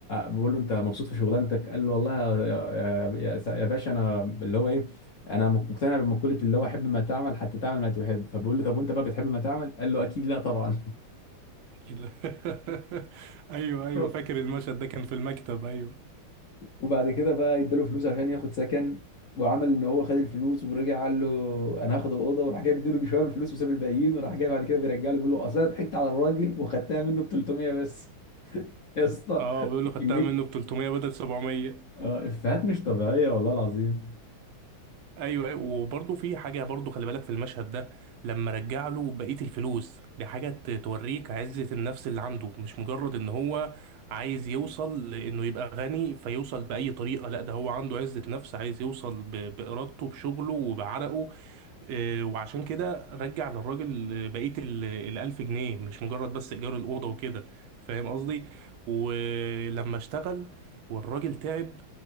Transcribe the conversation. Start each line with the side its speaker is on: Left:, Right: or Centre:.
Left: بيقول له انت مبسوط في شغلانتك قال له والله يا يا- يا- يا باشا انا اللي هو ايه انا مقتنع بمقوله اللي هو حب ما تعمل حتى تعمل ما تحب فبيقول له طب وانت بقى بتحب ما تعمل قال له اكيد لا طبعا
Right: اكيد لا. <laughs> ايوه ايوه
Left: <laughs>
Right: فاكر المشهد ده كان في المكتب ايوه
Left: وبعد كده بقى اداله فلوس عشان ياخد سكن وعمل ان هو خد الفلوس ورجع قال له انا هاخد الاوضه وراح جاي بيديله شويه من الفلوس وساب الباقيين وراح جاي بعد كده بيرجع له بيقول له اصل انا ضحكت على الراجل وخدتها منه ب 300 بس <laughs> يا اسطى
Right: اه بيقول له خدتها
Left: كميه
Right: منه ب 300 بدل 700
Left: آه، افيهات مش طبيعيه والله العظيم
Right: ايوه أيوة، وبرضه في حاجه برضه خلي بالك في المشهد ده لما رجع له بقيه الفلوس دي حاجه ت- توريك عزه النفس اللي عنده مش مجرد ان هو عايز يوصل لانه يبقى غني فيوصل باي طريقه لا ده هو عنده عزه نفس عايز يوصل ب- بارادته بشغله وبعرقه آه، وعشان كده رجع للراجل آه، بقية ال- الألف جنيه مش مجرد بس إيجار الأوضة وكده فاهم قصدي؟ ولما اشتغل والراجل تعب